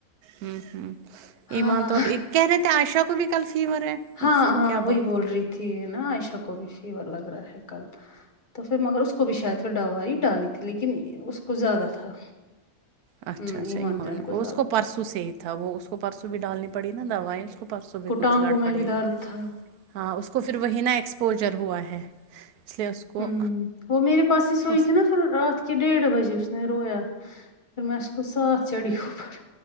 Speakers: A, on the right; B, on the left.
A: ہوں ہوں
B: ہاں
A: ایمان تو اب کہہ رہے تھے عائشہ کو بھی کل فیور ہے
B: ہاں
A: اس کو
B: ہاں
A: کیا
B: وہی
A: بات
B: بول رہی تھی نا عائشہ کو بھی فیور لگ رہا ہے کل تو پھر مگر اس کو بھی شاید ڈوائی ڈالی تھی لیکن اس کو زیادہ تھا
A: اچھا
B: ہوں
A: اچھا ایمان
B: جان
A: کو
B: زیادہ
A: اس کو پرسوں
B: تھا
A: سے ہی تھا وہ اس کو پرسوں بھی ڈالنی پڑی نا دوائیں اس کو پرسوں بھی کچھ
B: ٹانگوں
A: گڑ
B: میں
A: پڑی
B: بھی درد تھا
A: ہاں اس کو پھر وہی نہا ایکسپوجر ہوا ہے اس لیے اس کو
B: ہوں وہ میرے پاس ہی سوئی
A: اس
B: تھی نا پھر رات کے ڈیڑھ بجے اس نے رویا پھر میں اس کو ساتھ چڑی اوپر